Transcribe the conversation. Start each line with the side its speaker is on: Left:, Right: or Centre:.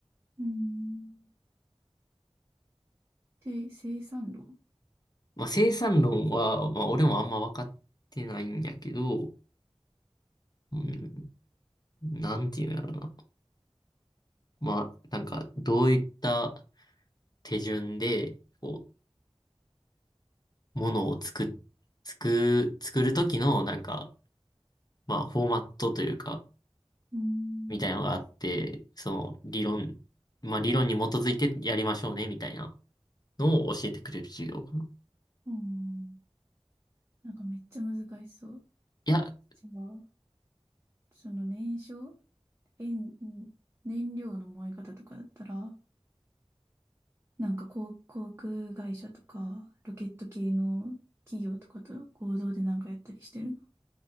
Right: うんて生産論
Left: まあ、生産論は、まあ、俺もあんま分かってないんやけど、うん、なんていうんやろな。まあ、なんか、どういった手順で、こう、ものを作っ、作、作るときの、なんか、まあ、フォーマットというか、
Right: うん
Left: みたいなのがあって、その、理論、まあ、理論に基づいてやりましょうね、みたいなのを教えてくれる授業かな。
Right: うんなんかめっちゃ難しそう。
Left: いや、
Right: じゃあ、その燃焼、えん燃料の燃え方とかだったら、なんか航、航空会社とか、ロケット系の企業とかと合同でなんかやったりしてるの。